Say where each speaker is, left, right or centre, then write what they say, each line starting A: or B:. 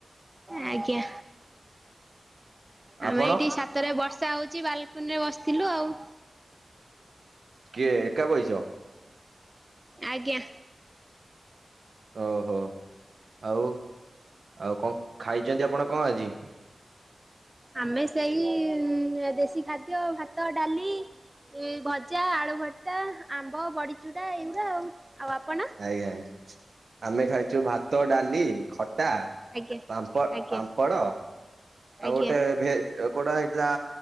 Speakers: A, on the right; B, on the right.
A: ଆଜ୍ଞା, ଆମେ
B: ଆପଣ?
A: ଏଇଠି ସା ତରେ ବର୍ଷା ହଉଚି ବାଲକୁନିରେ ବସିଥିଲୁ ଆଉ।
B: କିଏ ଏକା ବଇଚ?
A: ଆଜ୍ଞା।
B: ଓହୋଃ, ଆଉ ଆଉ କଣ ଖାଇଚନ୍ତି ଆପଣ କଣ ଆଜି?
A: ଆମେ ସେଇ ଦେଶୀ ଖାଦ୍ୟ ଭାତ ଡାଲି ଏ ଭଜା, ଆଳୁ ଭର୍ତ୍ତା, ଆମ୍ବ, ବଡ଼ିଚୁରା ଏଇଗୁରା ଆଉ, ଆଉ ଆପଣ?
B: ଆଜ୍ଞା ଆମେ ଖାଇଛୁ ଭାତ ଡାଲି ଖଟା
A: ଆଜ୍ଞା
B: ପାମ୍ପ
A: ଆଜ୍ଞା
B: ପାମ୍ପଡ ଆଉ
A: ଆଜ୍ଞା
B: ଗୋଟେ ଭେଜ୍ କୋଉଟା ହେଇଥିଲା